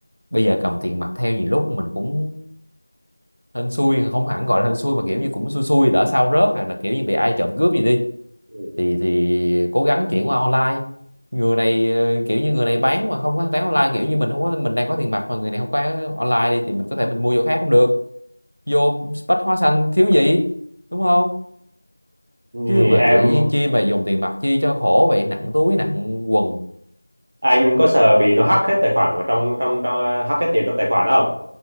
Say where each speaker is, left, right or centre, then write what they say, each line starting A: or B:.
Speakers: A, on the right; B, on the right.
A: bây giờ cầm tiền mặt theo nhiều lúc mình cũng hên xui không hẳn gọi là hên xui mà kiểu như cũng xui xui đỡ sao rớt hoặc là kiểu như bị ai trộm cướp gì đi
B: Ừ.
A: thì thì cố gắng chuyển qua online người này ờ, kiểu như người này bán mà không có bán online kiểu như mình không có mình đang có tiền mặt mà người này không có online đi thì mình có thể mình mua chỗ khác cũng được vô bách hóa xanh thiếu gì đúng không
B: Thì
A: chứ mà
B: em
A: tự nhiên chi mà dùng tiền mặt chi cho khổ vậy nặng túi nặng quần
B: anh có sợ bị nó hack hết tài khoản của trong trong trong hack hết tiền trong tài khoản không?